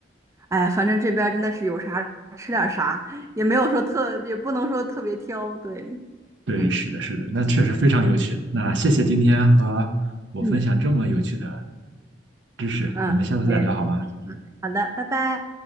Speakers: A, on the right; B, on the right.
A: 哎，反正这边儿真的是有啥吃点儿啥，也没有说特，也不能说特别挑，对，
B: 对，
A: 嗯
B: 是的，是的，那确实非常有趣。那谢谢今天和我分享这么有趣的
A: 嗯，
B: 知识，
A: 嗯，
B: 我们下次再聊好吗？
A: 我也是。好的，拜拜。